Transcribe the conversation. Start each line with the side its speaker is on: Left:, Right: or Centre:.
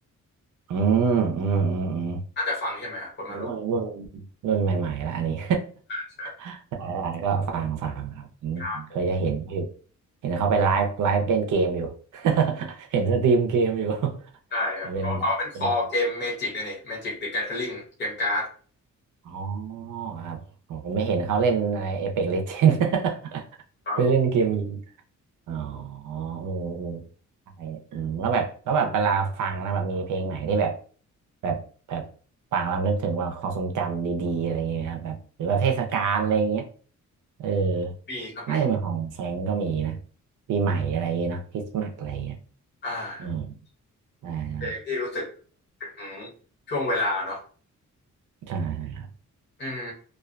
Right: อืมอืมอืมอืม
Left: น่าจะฟังใช่ไหมครับพลมาโลน
Right: รุ่นรุ่นรุ่นใหม่ๆแล้วอันนี้
Left: ใช่
Right: <laughs> หลายๆก็ฟังฟังครับอืมเคยจะเห็นอยู่
Left: ครับผม
Right: เห็นเขาไปไลฟ์ไลฟ์เล่นเกมอยู่ <laughs> เห็นสตรีมเกมอยู่ <laughs>
Left: ใช่ครับเขาเขาเป็นคอเกมเมจิกนะนี่เมจิกเดอะแก
Right: มันเป็นแบบเป็น
Left: t h ริ n งเกมการ์ด
Right: อ๋อครับผมไม่เห็นเขาเล่นอะไรเอเพ็กเลเจน <laughs>
Left: ครับผม
Right: ไปเล่นเกมยิง อ๋ออืมอืมใช่อืมแล้วแบบแล้วแบบเวลาฟังแล้วแบบมีเพลงไหนที่แบบแบบแบบฟังแล้วนึกถึงว่าความทรงจำดีๆอะไรอย่างเงี้ยครับแบบหรือว่าเทศกาลอะไรอย่างเงี้ยเออ
Left: มีครับมี
Right: น่าจะเป็นของแฟรงก์ก็มีนะปีใหม่อะไรอย่างเงี้ยเนาะคริสต์มาสอะไรอย่างเงี้ย
Left: อ่า
Right: อืมได้ได้
Left: เพลงที่รู้สึกถึงช่วงเวลาเนาะ
Right: ใช่ครับ
Left: อืม